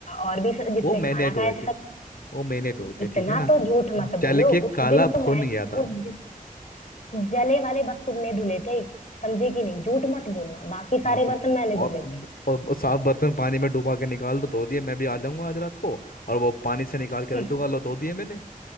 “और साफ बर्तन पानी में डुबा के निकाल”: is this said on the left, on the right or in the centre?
Left